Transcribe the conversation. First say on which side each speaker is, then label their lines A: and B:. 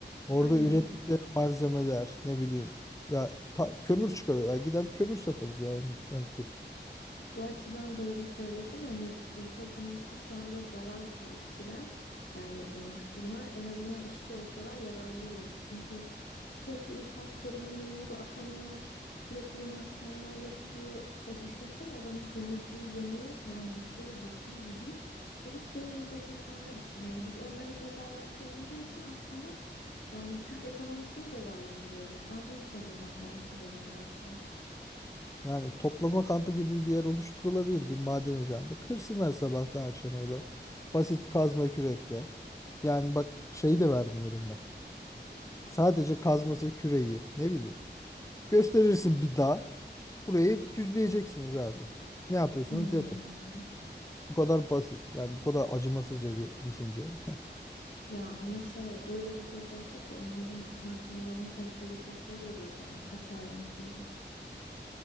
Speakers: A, on the left (about 15°); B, on the left (about 80°).
A: orada
B: aynen.
A: ürettikleri malzemeler ne bileyim ya ta- kömür çıkarıyor. Ya gider kömür satarız yani en, en kötüsü.
B: Bu açıdan doğru söyledin. Hani ülke ekonomisinde şu anda zarar bu işçiler. Yani e, mahkumlar en azından işçi olsalar yararlı olurdu. Çünkü sürekli infaz koruma memuru atanıyor. Sürekli yeni hapishaneler yapılıyor. Ya düşünsene oranın temizliği, yemeği yani bütçeye ciddi bir yük ve hiç değmeyecek insanlar için. Hani biz onları cezalandıralım derken aslında yani Türk ekonomisini cezalandırıyoruz. Ben bu yüzden idam gelsin dedim biraz da.
A: Yani toplama kampı gibi bir yer oluşturulabilir bir maden ocağında. Kırsınlar sabahtan akşama kadar. Basit kazma kürekle. Yani bak şeyi de vermiyorum ben. Sadece kazması küreği ne bileyim. Gösterirsin bir dağ. Burayı düzleyeceksiniz abi. Ne yapıyorsanız
B: Hmm.
A: yapın. Bu kadar basit. Yani bu kadar acımasızca bir düşünce. <laughs>
B: Ya ama şey öyle bir cezada da onların mahkumların kontrolü çok zor olurdu. Hani kaçarlar filan.